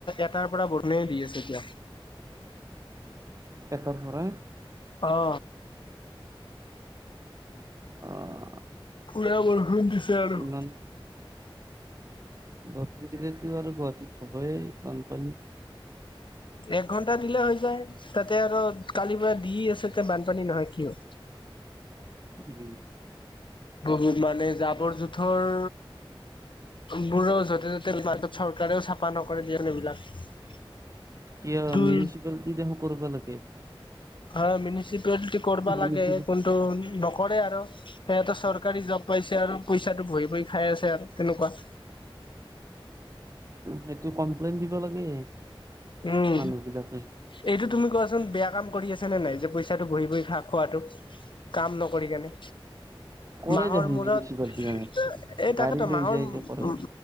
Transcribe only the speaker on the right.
<unintelligible>
অ',
ইমান বৰষুণ দিলেতো আৰু গুৱাহাটীত হবই বানপানী
উম
ক
মিউনিচিপালিটি দেখো কৰিব লাগে।
মিউনিচিপ
সেইটো কমপ্লেইন দিব লাগে।
মানুহ বিলাকে
কৰে
দেখোন
মিউনিচিপালিটি
গাড়ী
লৈ
যায় যে কৰে